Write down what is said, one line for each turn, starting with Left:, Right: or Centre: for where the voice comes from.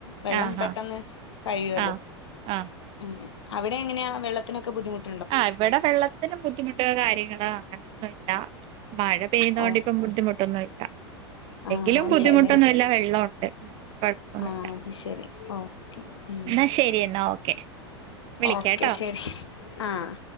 Left: വെള്ളം
Right: ആഹ്
Left: പെട്ടെന്ന്
Right: ആഹ്
Left: കഴിയോല്ലോ
Right: ആഹ് ആഹ്
Left: അങ്ങനെ അവിടെങ്ങനാ വെള്ളത്തിനൊക്കെ ബുദ്ധിമുട്ടു
Right: ആ ഇവടെ വെള്ളത്തിന് ബുദ്ധിമുട്ടോ കാര്യങ്ങളോ അങ്ങനൊന്നൂല്ല മഴ പെയ്തോണ്ട്
Left: ഓ
Right: ഇപ്പം ബുദ്ധിമുട്ടൊന്നും ഇല്ല ഇല്ലെങ്കിലും
Left: ആഹ് അതെല്ലേ
Right: ബുദ്ധിമുട്ടൊന്നും ഇല്ല വെള്ളോണ്ട് ഉം കൊഴപോന്നൂല്ല
Left: ആഹ് അത് ശരി ഓക്കെ ഉം
Right: എന്ന ശരി എന്ന ഓക്കേ വിളിക്കാട്ടോ
Left: ഓക്കെ ശരി ആഹ്